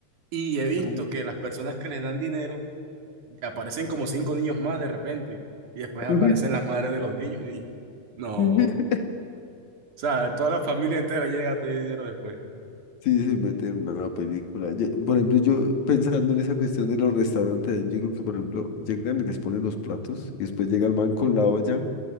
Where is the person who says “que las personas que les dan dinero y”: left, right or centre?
Right